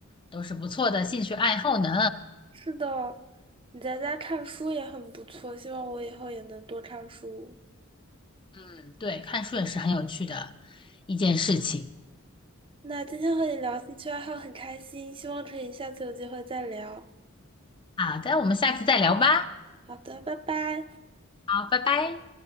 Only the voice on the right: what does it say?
是的，你在家看书也很不错，希望我以后也能多看书。
那今天和你聊兴趣爱好很开心，希望可以下次有机会再聊。
好的，拜拜。